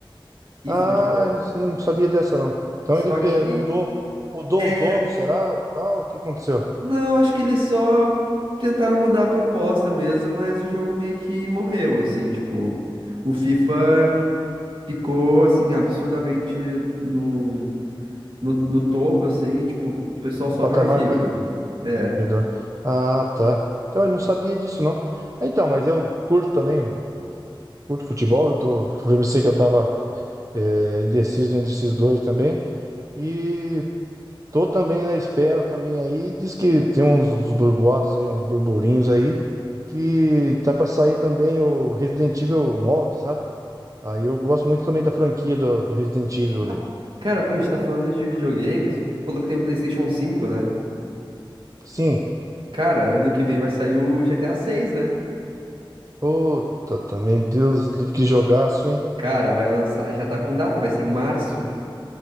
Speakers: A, on the right; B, on the right.
A: eFootball.
B: Ah, eu não, não sabia dessa, não. Então
A: Só
B: ele
A: que.
B: eh, mudou, mudou
A: é,
B: os donos, será? Tal? O que aconteceu?
A: Não, acho que eles só tentaram mudar a proposta mesmo, mas o jogo meio que morreu, assim, tipo, o FIFA ficou, assim, absurdamente no, no, no topo, assim, e, tipo, o pessoal só
B: O patamar
A: joga FIFA.
B: mais
A: É.
B: melhor. Ah, tá. Então eu não sabia disso, não. Então, mas eu curto também, eu curto futebol. Eu tô, eu pensei que eu tava eh, indeciso entre esses dois também. E Tô também na espera também aí. Diz que tem uns, uns burboatos aí, uns burburinhos aí, que tá pra sair também o Resident Evil nove sabe? Aí eu gosto muito também da franquia do, do Resident Evil
A: Ah,
B: ali.
A: Cara, pô, a gente tá falando de videogame, tu falou que tem o PlayStation cinco, né?
B: Sim.
A: Cara, ano que vem vai sair o GTA seis, né?
B: Puta, também, Deus, que jogaço, hein?
A: Cara, vai lançar, já tá com data, vai ser em março.